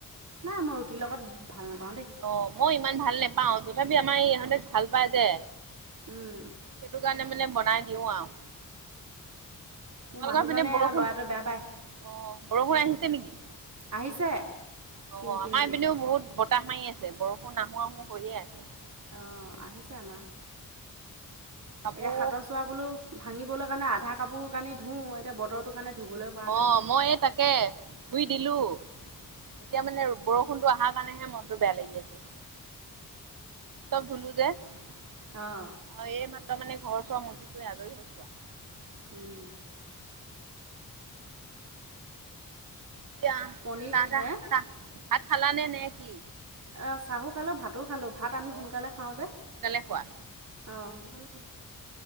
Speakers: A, on the right; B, on the right.
A: নাই মই ৰুটিৰ লগত ভাল নাপাওঁ দেই।
B: অ', মই ইমান ভাল নেপাও তথাপি আমাৰ ইহঁতে ভাল পায় যে
A: উম।
B: সেইটো কাৰণে মানে বনাই দিও আৰু।
A: মোৰ
B: তোমালোকৰ
A: মানুহজনে
B: পিনে বৰষুণ
A: আৰু ল'ৰাটোৱে
B: অ',
A: বেয়া পায়
B: বৰষুণ আহিছে নেকি?
A: আহিছে।
B: অ',
A: কিন কিনকৈ
B: আমাৰ এপিনেও বহুত বতাহ মাৰি আছে, বৰষুণ আহো আহো কৰিয়ে আছে।
A: অ', আহিছে আমাৰ।
B: কাপোৰ
A: এতিয়া সাতৰ চোৱা বোলো ভাঙিবলৈ কাৰণে আধা কাপোৰ কানি ধুও, এতিয়া বতৰটোৰ কাৰণে ধুবলৈ পৰা নাই।
B: অ',
A: নহয়
B: মই এই তাকে ধুই দিলো। এতিয়া মানে বৰষুণটো অহাৰ কাৰণেহে মনটো বেয়া লাগি আছে। চব ধুলো যে। আৰু
A: অঁ
B: এই মাত্ৰ মানে ঘৰ চৰ মুচি কৰি আজৰি হৈছো আৰু।
A: উম।
B: <unintelligible>
A: পনীৰ হে
B: ভাত খালানে নে কি?
A: এহ চাহো খালো ভাতো খালো ভাত আমি
B: অ'
A: সোনকালে খাওঁ যে,
B: সোনকালে খোৱা।
A: অ সোনকালে খাওঁ।